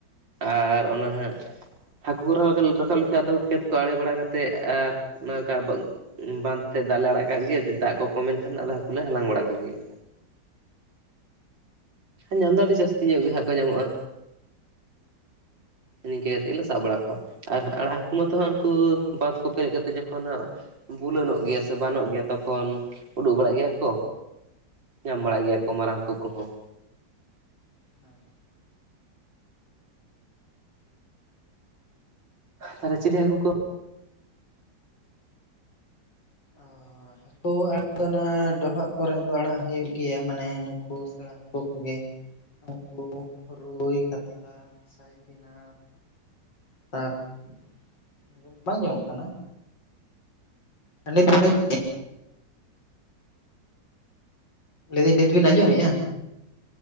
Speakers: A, on the right (about 85°); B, on the left (about 75°).
A: ᱟᱨ ᱚᱱᱟ ᱦᱟᱸᱜ ᱦᱟᱹᱠᱩ <unintelligible> ᱨᱟᱠᱟᱵ ᱞᱮᱠᱷᱟᱡ ᱫᱚ ᱠᱷᱮᱛ ᱠᱚ ᱟᱲᱮ ᱵᱟᱲᱟ ᱠᱟᱛᱮᱫ ᱟᱨ <unintelligible> ᱩᱸ ᱵᱟᱸᱫᱷ ᱛᱮᱫ ᱫᱟᱜ ᱞᱮ ᱟᱲᱟᱜ ᱠᱟᱜ ᱜᱮ ᱡᱮ ᱫᱟᱜ ᱠᱚ ᱠᱚᱢᱮᱱᱠᱷᱟᱱ ᱟᱫᱚ ᱦᱟᱹᱠᱩᱞᱮ ᱦᱟᱞᱟᱝ ᱵᱟᱲᱟ ᱠᱚᱜᱮᱭᱟ᱾ ᱧᱟᱢ ᱫᱚ ᱟᱹᱰᱤ ᱡᱟᱹᱥᱛᱤ ᱧᱚᱜ ᱜᱮ ᱦᱟᱸᱜ ᱠᱚ ᱧᱟᱢᱚᱜᱼᱟ᱾ ᱱᱤᱝᱠᱟᱹ ᱠᱟᱛᱮᱫ ᱜᱮᱞᱮ ᱥᱟᱵ ᱵᱟᱲᱟ ᱠᱚᱣᱟ ᱟᱨ ᱟᱲᱟᱜ ᱦᱟᱹᱠᱩ ᱢᱟᱛᱚ ᱦᱟᱸᱜ ᱩᱱᱠᱩ ᱵᱟᱸᱫᱽ ᱠᱚ ᱯᱮᱨᱮᱡ ᱠᱟᱛᱮ ᱡᱚᱠᱷᱚᱱ ᱦᱟᱸᱜ- -ᱵᱩᱞᱟᱹᱱᱚᱜ ᱜᱮᱭᱟ ᱥᱮ ᱵᱟᱱᱚᱜ ᱜᱮᱭᱟ ᱛᱚᱠᱷᱚᱱ- -ᱩᱰᱩᱠ ᱵᱟᱲᱟᱜ ᱜᱮᱭᱟ ᱠᱚ ᱧᱟᱢ ᱵᱟᱲᱟᱜ ᱜᱮᱭᱟ ᱠᱚ ᱢᱟᱨᱟᱝ ᱦᱟᱠᱩ ᱠᱚᱦᱚᱸ᱾
B: ᱦᱮᱸ <inaudible>
A: ᱛᱟᱦᱚᱞᱮ ᱪᱤᱞᱤ ᱦᱟᱹᱠᱩ ᱠᱚ? <inaudible>
B: ᱚ ᱦᱟᱹᱠᱩ ᱟᱲᱟᱜ ᱫᱚ ᱚᱱᱟ ᱰᱚᱵᱷᱟᱜ ᱠᱚᱨᱮ ᱫᱚ ᱟᱲᱟᱜ ᱦᱩᱭᱩᱜ ᱜᱮᱭᱟ ᱢᱟᱱᱮ ᱱᱩᱠᱩ ᱥᱮᱬᱟ ᱦᱟᱹᱠᱩ ᱠᱚᱜᱮ ᱩᱱᱠᱩ ᱨᱩᱭ ᱠᱟᱛᱞᱟ ᱥᱟᱭ ᱯᱤᱱᱟ᱾ <inaudible> <inaudible> ᱵᱟᱝ ᱟᱸᱡᱚᱢᱚᱜ ᱠᱟᱱᱟ? <unintelligible> ᱞᱟᱹᱭᱫᱤᱧ ᱱᱤᱛᱵᱤᱱ ᱟᱸᱡᱚᱢᱮᱜᱼᱟ?